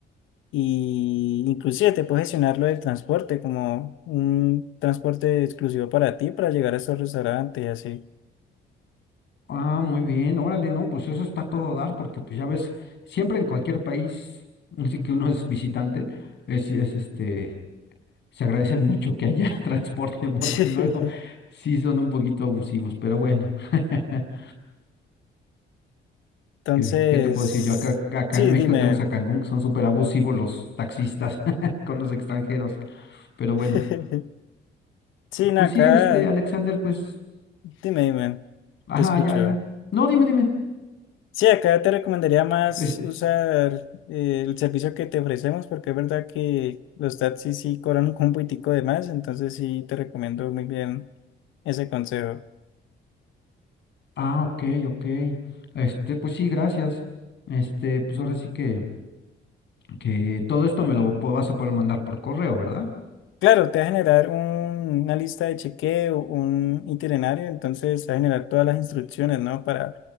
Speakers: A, on the left; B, on the left.
A: y inclusive te puedes gestionar lo del transporte como un transporte exclusivo para ti para llegar a esos restaurantes y así.
B: Ah, muy bien, órale, no, pues eso está a todo dar, porque pues ya ves, siempre en cualquier país, <laughs> así que uno es visitante, es, es este, se agradece mucho que haya <laughs> transporte, porque
A: <laughs>
B: luego sí son un poquito abusivos, pero bueno. <laughs>
A: Entonces,
B: ¿Qué, qué te puedo decir? Yo acá, acá
A: sí,
B: en México
A: dime.
B: tenemos a Cancún, que son súper abusivos los taxistas <laughs> con los extranjeros. Pero bueno,
A: <laughs> Sí, no,
B: pues
A: acá,
B: sí, este, Alexander, pues,
A: dime, dime,
B: ajá,
A: te escucho.
B: ya, ya. No, dime, dime.
A: Sí, acá te recomendaría más
B: Es-
A: usar eh, el servicio que te ofrecemos porque es verdad que los taxis sí cobran un compitico de más, entonces sí te recomiendo muy bien ese consejo.
B: ah, ok, ok. Este, pues sí, gracias. Este, pues ahora sí que, que todo esto me lo po- vas a poder mandar por correo, ¿verdad?
A: Claro, te va a generar un- una lista de chequeo, un itinerario, entonces te va a generar todas las instrucciones, ¿no? Para